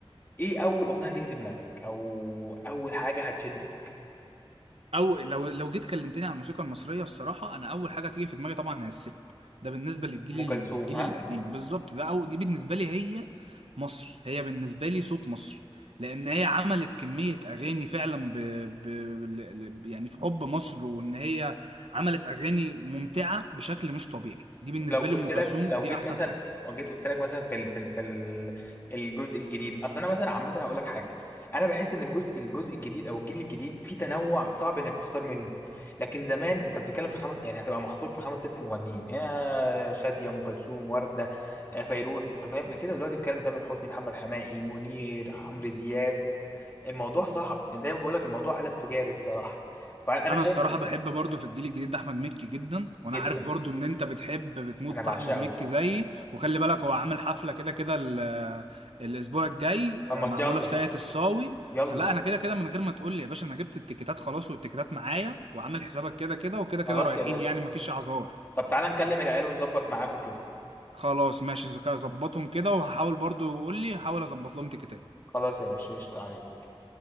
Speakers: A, on the left (about 20°); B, on the right (about 75°).
A: ايه اول اغنيه تيجي في دماغك او اول حاجه هتشدك
B: أو لو لو جيت كلمتني عن الموسيقى المصرية الصراحة أنا أول حاجة تيجي في دماغي طبعا هي الست ده بالنسبة للجيل
A: ام كلثوم
B: الجيل
A: ها
B: القديم بالظبط ده أو دي بالنسبة لي هي مصر هي بالنسبة لي صوت مصر لأن هي عملت كمية أغاني فعلا ب... ب... ل- يعني في حب مصر وإن هي عملت أغاني ممتعة بشكل مش طبيعي دي بالنسبة
A: لو قلت
B: لي أم كلثوم
A: لك لو
B: دي
A: جيت
B: أحسن
A: مثلا
B: حاجة
A: وجيت قلت لك مثلا في ال في ال في ال الجزء الجديد اصل انا مثلا عامه هقول لك حاجه انا بحس ان الجزء الجزء الجديد او الجيل الجديد فيه تنوع صعب انك تختار منه لكن زمان انت بتتكلم في خمس يعني هتبقى محصور في خمس ست مغنيين يا شاديه ام كلثوم ورده آه، فيروز انت فاهم لكن دلوقتي بتتكلم تامر حسني محمد حماقي منير عمرو دياب الموضوع صعب زي ما بقول لك الموضوع قلب تجاري الصراحه فانا
B: انا
A: شايف
B: الصراحه
A: إن-
B: بحب برضو في الجيل الجديد ده احمد مكي جدا وانا
A: جدا
B: عارف برضو ان انت بتحب بتموت
A: انا
B: في
A: بعشقه
B: احمد مكي زيي وخلي بالك هو عامل حفله كده كده ال- آه، الاسبوع الجاي
A: طب ما
B: آه، معموله
A: يلا
B: في ساقية الصاوي
A: يلا
B: لا انا كده كده من غير ما تقول لي يا باشا انا جبت التيكيتات خلاص والتيكيتات معايا وعامل حسابك كده كده وكده كده
A: خلاص
B: رايحين
A: يا باشا
B: يعني مفيش اعذار
A: طب تعالى نكلم العيال ونظبط معاهم كده
B: خلاص ماشي اذا كده ظبطهم كده وهحاول برضو قول لي هحاول اظبط لهم تيكيتات
A: خلاص يا باشا قشطة عليك